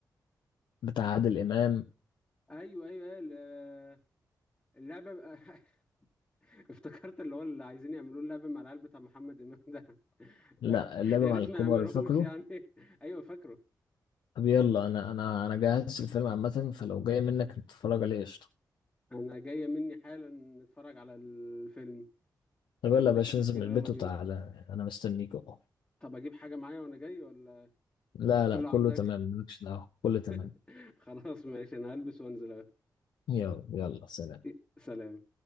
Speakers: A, on the left (about 85°); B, on the left (about 20°).
A: بتاع عادل إمام
B: ايوه ايوه أيوة، ال- اللعبه بقى- <laughs> افتكرت اللي هو اللي عايزين يعملوه اللعبه مع العيال بتاع محمد امام ده <laughs>
A: لا اللعبة
B: يا
A: مع
B: ريت
A: الكبار
B: ما يعملوهوش
A: فاكره
B: يعني ايوه فاكره
A: طب يلا انا انا انا جهزت الفيلم عامة فلو جاي منك نتفرج عليه قشطة
B: انا جايه مني حالا نتفرج على الفيلم
A: طب
B: ما
A: يلا
B: عنديش
A: يا باشا
B: اي
A: انزل
B: مشكله
A: من البيت
B: يلا بينا
A: وتعالى انا مستنيك اهو
B: طب اجيب حاجه معايا وانا جاي ولا
A: لا
B: ولا كله
A: لا كله
B: عندك
A: تمام مالكش دعوة كله تمام
B: <laughs> خلاص ماشي انا هلبس وانزل أهو.
A: يلا يلا سلام
B: إيه، سلام